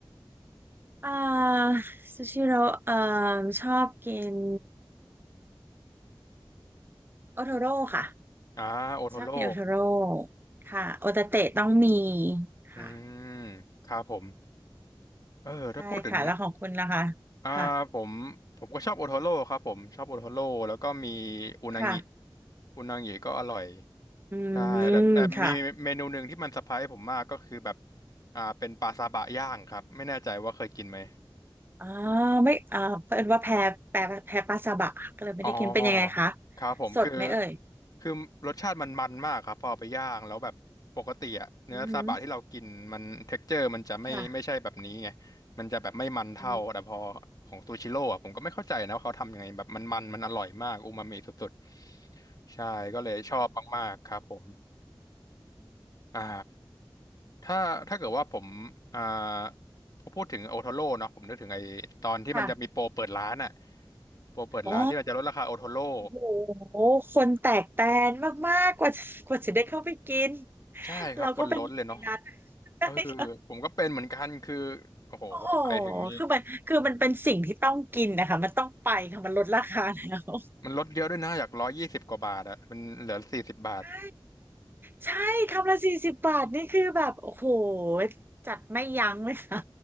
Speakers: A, on the right; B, on the left.
A: เอ่อซูชิโร่เอ่อชอบกินโอโทโร่ค่ะ
B: อ่าโอโทโร่
A: ชอบกินโอโทโร่ค่ะโอตาเตะต้องมีค่ะ
B: อืมครับผมเออถ้าพูดถึง
A: ใช่ค่ะแล้วของคุณล่ะคะค่ะ
B: อ่าผมผมก็ชอบโอโทโร่ครับผมชอบโอโทโร่แล้วก็มีอุนางิ
A: ค่ะ
B: อุนางิก็อร่อย
A: อืม
B: ใช่แต่แต่มีเมนูหนึ่งที่มันเซอร์ไพรส์ผมมากก็คือแบบ
A: ค่ะ
B: อ่าเป็นปลาซาบะย่างครับไม่แน่ใจว่าเคยกินไหม
A: อ๋อไม่อ่าเพิ่นว่าแพ้แพ้แพ้ปลาซาบะค่ะก็เลยไม่ได้กินเป็นยังไงคะ
B: อ๋อครับผมคือ
A: สดไหมเอ่ย
B: คือรสชาติมันมันมากครับพอเอาไปย่างแล้วแบบปกติอะเนื้อซาบะที่เรากินมันเท็กเจอร์มันจะไม่ไม่ใช่แบบนี้ไง
A: อืมค่ะ
B: มันจะแบบไม่มันเท่าแต่พอของซูชิโร่อะผมก็ไม่เข้าใจนะว่าเขาทำยังไงแบบมันมันมันอร่อยมากอูมามิสุด
A: อืม
B: ๆใช่ก็เลยชอบมากๆครับผมอ่าถ้าถ้าเกิดว่าผมอ่าพอพูดถึงโอโทโร่เนาะผมนึกถึงไอ้ตอนที่มันจะมีโปรเปิดร้านอะ
A: ค่ะ
B: โปรเปิดร้านที่มันจะลดราคาโอโทโร่
A: อ๋อโอ้โหคนแตกแตนมากๆกว่ากว่าจะได้เข้าไปกิน
B: ใช่ครับคนล้นเลยเนาะ
A: เราก็เป็นหนึ่งในนั้น <laughs>
B: เออผมก็เป็นเหมือนกันคือโอ้โหไปถึงนี่
A: โอ้โหคือมันคือมันเป็นสิ่งที่ต้องกินนะคะมันต้องไปค่ะมันลดราคาแล้ว
B: มันลดเยอะด้วยนะอยากร้อยยี่สิบกว่าบาทอะมันเหลือสี่สิบบาท
A: ใช่ ใช่คำละสี่สิบบาทนี่คือแบบโอ้โหจัดไม่ยั้งเลยค่ะ